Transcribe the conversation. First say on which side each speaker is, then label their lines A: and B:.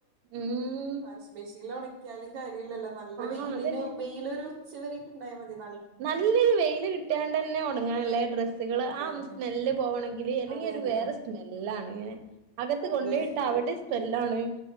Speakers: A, on the right; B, on the right.
A: ഉം
B: വാഷിംഗ് മെഷീനിൽ ഒണക്കിയാലും കാര്യവില്ലല്ലോ നല്ല
A: ആഹ്
B: വെയിലിന്
A: അതന്നെ
B: വെയിലൊരു ഉച്ചവരൊക്കെ ഉണ്ടായ മതിയാരുന്നു
A: നല്ലൊരു വെയില് കിട്ടാണ്ട് തന്നെ ഒണങ്ങാനല്ലേ ഡ്രസ്സുകള്
B: അതെ
A: ആ
B: അതെ
A: സ്മെല്ല് പോകണെങ്കില് അല്ലെങ്കി
B: അതെ
A: ഒരു
B: അതെ
A: വേറെ സ് സ്മെല്ലാണ് ഇങ്ങനെ അകത്ത്
B: അതെ
A: കൊണ്ടോയിട്ട അവിടേം സ്മെല്ലാണ്